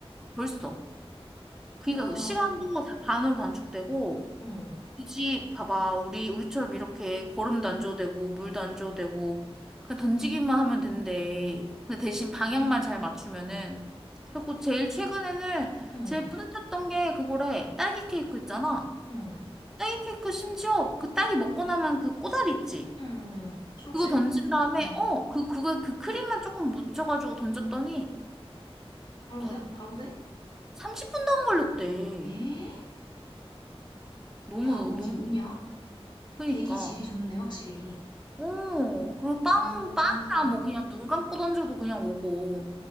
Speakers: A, in the centre; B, on the left.
A: 벌써. 그러니까
B: 야,
A: 시간도 다 반으로 단축되고
B: 응,
A: 굳이 봐봐 우리 우리처럼 이렇게 거름도 안 줘도 되고 물도 안 줘도 되고 그냥 던지기만 하면 된대 근데 대신 방향만 잘 맞추면은 그래갖고 제일 최근에는
B: 응,
A: 제일 뿌듯했던 게 그거래 딸기 케이크 있잖아
B: 응,
A: 딸기 케이크 심지어 그 딸기 먹고 나면 그 꼬다리 있지
B: 응, 응. 초록색.
A: 그거 던진 다음에
B: 응.
A: 어 그 그거 그 크림만 조금 묻혀가지고 던졌더니
B: 바로
A: 아
B: 돼? 바로 돼?
A: 30분도 안 걸렸대
B: 에?
A: 너무
B: 야, 거기
A: 너무
B: 뭐냐?
A: 그니까
B: 대기 질이 좋네, 확실히.
A: 오, 그리고 빵,
B: 어,
A: 빵이야,
B: <laughs>
A: 뭐, 그냥 눈 감고 던져도 그냥 오고.